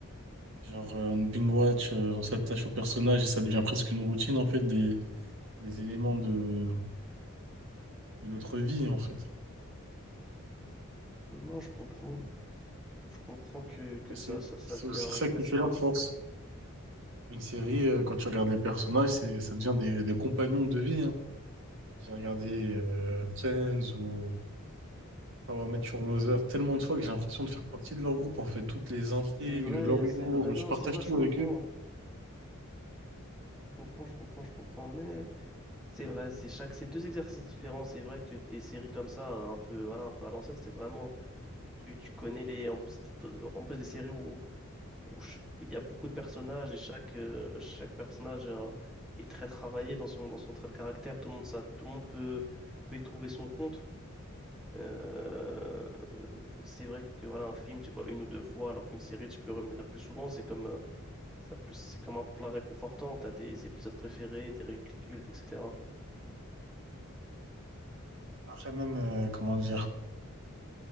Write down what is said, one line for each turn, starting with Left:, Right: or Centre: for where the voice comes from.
Right: Genre, euh, on binge-watch, euh, on s'attache au personnage et ça devient presque une routine, en fait, des, des éléments de, de notre vie, en fait.
Centre: Non, je comprends. Je comprends que, que
Right: Après,
Centre: ça,
Right: C'est,
Centre: ça, ça
Right: c'est
Centre: devient
Right: aussi ça qui
Centre: quasiment.
Right: fait leur force. Une série, euh, quand tu regardes les personnages, c'est, ça devient des, des compagnons de vie, hein. J'ai regardé euh, Friends ou Ah ouais, Mathieu Mother, tellement de fois que j'ai l'impression de faire partie de leur groupe, en fait. Toutes les intrigues,
Centre: C'est vrai,
Right: leur humour,
Centre: c'est vrai. Non,
Right: je partage
Centre: c'est vrai,
Right: tout
Centre: je comprends.
Right: avec eux.
Centre: Je comprends, je comprends, je comprends. Mais. C'est vrai, c'est chaque, c'est deux exercices différents. C'est vrai que des séries comme ça, un peu, voilà, un peu à l'ancienne, c'était vraiment, tu, tu connais les, en, c'était, euh, en plus des séries où, où ch- il y a beaucoup de personnages et chaque, euh, chaque personnage euh, est très travaillé dans son, dans son trait de caractère. Tout le monde, ça, tout le monde peut, peut y trouver son compte. Euh, c'est vrai que voilà, un film, tu le vois une ou deux fois, alors qu'une série, tu peux revenir plus souvent. C'est comme, euh, ça, plus, c'est comme un plat réconfortant. T'as des épisodes préférés, des répliques cultes, etc.
Right: Après même, euh, comment dire,